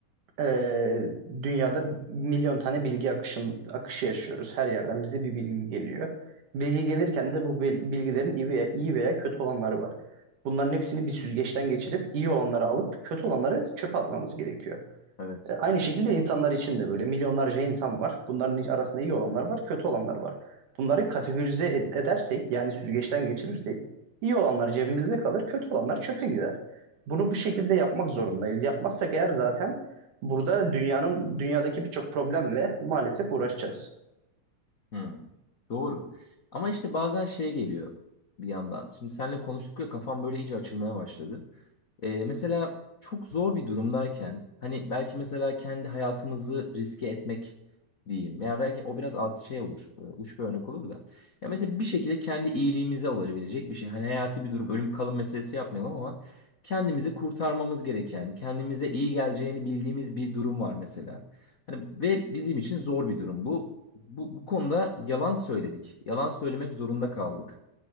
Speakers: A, on the right; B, on the left.
A: ee, dünyada milyon tane bilgi akışın, akışı yaşıyoruz. Her yerden bize bir bilgi geliyor. Bilgi gelirken de bu bil- bilgilerin iyi veya, iyi veya kötü olanları var. Bunların hepsini bir süzgeçten geçirip iyi olanları alıp kötü olanları çöpe atmamız gerekiyor.
B: Evet.
A: E, Aynı şekilde insanlar için de böyle milyonlarca insan var. Bunların arasında iyi olanlar var, kötü olanlar var. Bunları kategorize ed- edersek, yani süzgeçten geçirirsek, iyi olanlar cebimizde kalır, kötü olanlar çöpe gider. Bunu bu şekilde yapmak zorundayız. Yapmazsak eğer zaten burada dünyanın dünyadaki birçok problemle maalesef uğraşacağız.
B: Hmm, doğru. Ama işte bazen şeye geliyor bir yandan. Şimdi seninle konuştuk ya kafam böyle iyice açılmaya başladı. Ee, mesela çok zor bir durumdayken hani belki mesela kendi hayatımızı riske etmek diyeyim. Yani belki o biraz altı şey olur. e, Uç bir örnek olur da. Ya mesela bir şekilde kendi iyiliğimize olabilecek bir şey. Hani hayati bir durum, ölüm kalım meselesi yapmayalım ama kendimizi kurtarmamız gereken, kendimize iyi geleceğini bildiğimiz bir durum var mesela. Hani ve bizim için zor bir durum bu. Bu, bu konuda yalan söyledik. Yalan söylemek zorunda kaldık.